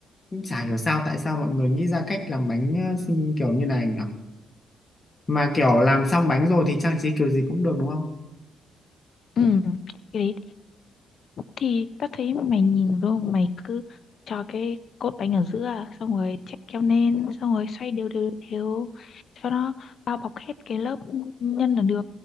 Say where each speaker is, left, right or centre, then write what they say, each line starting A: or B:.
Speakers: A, on the left (about 30°); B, on the left (about 55°).
A: cũng chả hiểu sao tại sao mọi người nghĩ ra cách làm bánh ờ, xinh kiểu như này nhở mà kiểu làm xong bánh rồi thì trang trí kiểu gì cũng được đúng không
B: ừ. cái đấy thì ta thấy mày nhìn luôn mày cứ cho cái cốt bánh ở giữa xong rồi chạy keo lên xong rồi xoay đều đều đều cho nó bao bọc hết cái lớp nhân là được